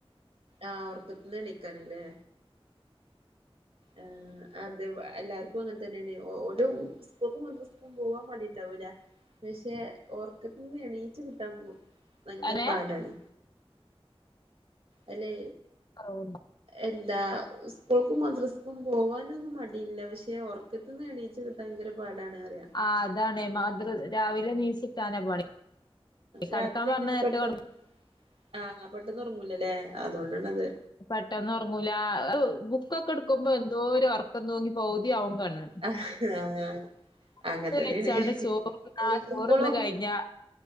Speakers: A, on the right; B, on the left.
A: ആഹ് ഉർക്കത്തിന്ന് എണിക്കാനല്ലേ. ആഹ് അത് എല്ലാർക്കും അങ്ങനെ തന്നെയാണ് ഓലും സ്കൂൾക്കും മദ്രസ്ക്കും പോവാൻ മടി ഉണ്ടാവൂല. പക്ഷെ ഒർക്കത്തിന്ന് എണീച്ച് കിട്ടാൻ പോ ഭയങ്കര
B: അനെ
A: പാടാണ്. അല്ലെ.
B: <unintelligible>
A: എന്താ സ്കൂൾക്കും മദ്രസ്ക്കും പോവാനൊന്നും മടിയില്ല പഷെ ഒർ ക്കതിന്ന് എണീചുകിട്ടൻ ഭയങ്ക പാടാണ്റിയാ
B: ആഹ് അതാണേ മാതൃ രാവിലെ നീച്ചിട്ടന്നെ പണി കടക്കാൻ
A: രാത്രി
B: പറഞ്ഞ
A: എങ്ങനെ
B: നേരത്തെ
A: പെട്ടെന്ന്
B: കടക്കൂലാ
A: ആഹ് പെട്ടെന്ന് ഉറങ്ങൂലല്ലേ അതുകൊണ്ടാണ്ത്.
B: പെട്ടന്ന ഉറങ്ങൂല ബുക്കൊക്കെ എടുക്കുമ്പോ എന്തോ ഒരു ഉറക്കന്ന തോങ്ങി പോതിയാവും കണ്ണ്.
A: ആഹ് അങ്ങഅങ്ങനെ
B: ബുക്ക്
A: തന്നെയാണ്
B: വെച്ചാണ്ട് ചോറ്ന്നാ
A: എയ്തുമ്പുളും.
B: ചോറ്ന്ന് കഴിഞ്ഞാ